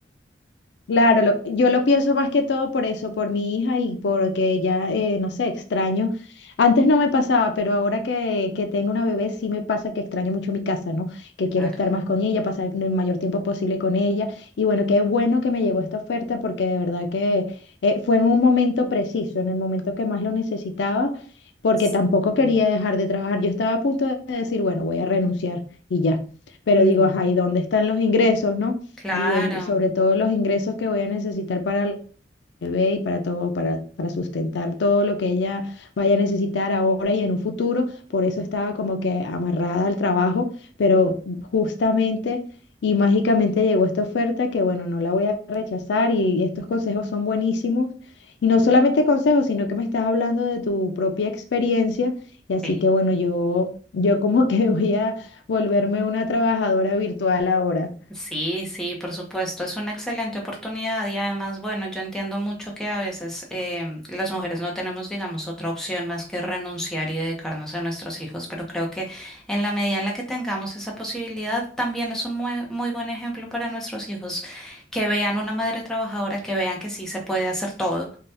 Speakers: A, on the left (about 75°); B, in the centre.
A: Claro, lo- yo lo pienso más que todo por eso, por mi hija y porque ya, eh, no sé, extraño. Antes no me pasaba, pero ahora que, que tengo una bebé sí me pasa que extraño mucho mi casa, ¿no? Que quiero
B: Claro.
A: estar más con ella, pasar el mayor tiempo posible con ella. Y bueno, qué bueno que me llegó esta oferta porque de verdad que eh, fue en un momento preciso, en el momento que más lo necesitaba, porque
B: Sí.
A: tampoco quería dejar de trabajar. Yo estaba a punto de decir, bueno, voy a renunciar y ya. Pero
B: Mm,
A: digo, ajá, ¿y dónde están los ingresos, no?
B: claro,
A: y el, sobre todo los ingresos que voy a necesitar para el bebé y para todo, para, para sustentar todo lo que ella vaya a necesitar ahora y en un futuro. Por eso estaba como que amarrada al trabajo, pero justamente y mágicamente llegó esta oferta que bueno, no la voy a rechazar y estos consejos son buenísimos. Y no solamente consejos, sino que me estás hablando de tu propia experiencia. Y así
B: sí.
A: que bueno, yo, yo como <laughs> que voy a volverme una trabajadora virtual ahora.
B: Sí, sí, por supuesto, es una excelente oportunidad y además, bueno, yo entiendo mucho que a veces em, las mujeres no tenemos, digamos, otra opción más que renunciar y dedicarnos a nuestros hijos, pero creo que en la medida en la que tengamos esa posibilidad, también es un mue- muy, buen ejemplo para nuestros hijos que vean una madre trabajadora, que vean que sí se puede hacer todo